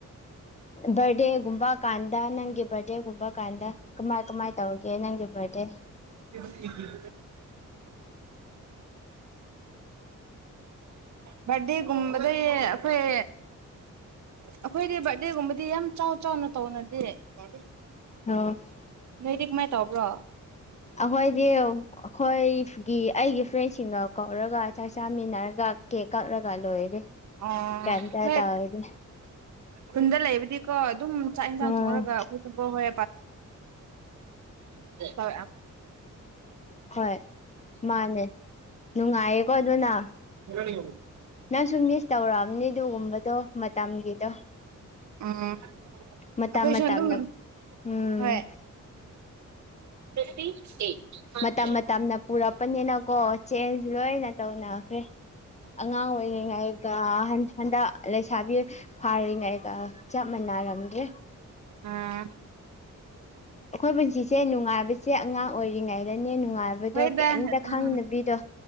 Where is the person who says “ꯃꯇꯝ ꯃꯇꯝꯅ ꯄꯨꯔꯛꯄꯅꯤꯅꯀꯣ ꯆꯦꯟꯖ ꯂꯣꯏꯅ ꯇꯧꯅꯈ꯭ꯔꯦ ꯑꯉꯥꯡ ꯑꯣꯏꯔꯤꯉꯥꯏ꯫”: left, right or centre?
Left